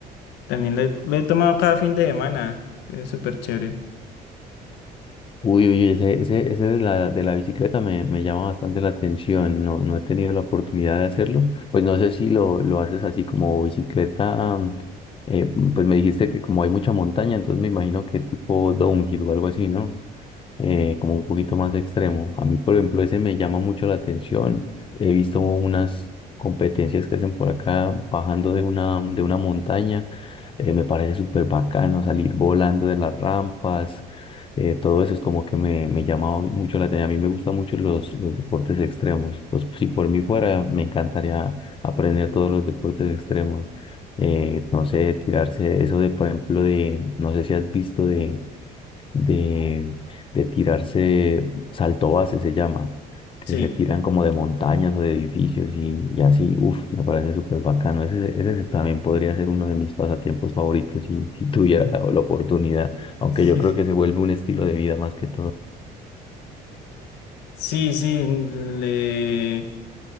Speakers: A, on the left (about 80°); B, on the left (about 30°).
A: también lo he, lo he tomado cada fin de semana, entonces es súper chévere.
B: Uy, uy, ese, ese, ese de la, de la bicicleta me, me llama bastante la atención, no, no he tenido la oportunidad de hacerlo, pues no sé si lo, lo haces así como bicicleta, mm, eh, pues me dijiste que como hay mucha montaña, entonces me imagino que tipo downhill o algo así, ¿no? eh, como un poquito más extremo. A mí, por ejemplo, ese me llama mucho la atención. He visto unas competencias que hacen por acá bajando de una, de una montaña. Eh, me parece súper bacano salir volando de las rampas. eh, todo eso es como que me, me llama mucho la atención. A mí me gustan mucho los, los deportes extremos. Pues si por mí fuera, me encantaría aprender todos los deportes extremos. Eh, no sé, tirarse eso de, por ejemplo, de, no sé si has visto de de, de tirarse salto base, se llama, que
A: Sí.
B: se tiran como de montañas o de edificios y, y así, uff, me parece súper bacano. Ese, ese también podría ser uno de mis pasatiempos favoritos si, si tuviera la, la oportunidad, aunque
A: <laughs>
B: yo creo que se vuelve un estilo de vida más que todo.
A: Sí, sí, le-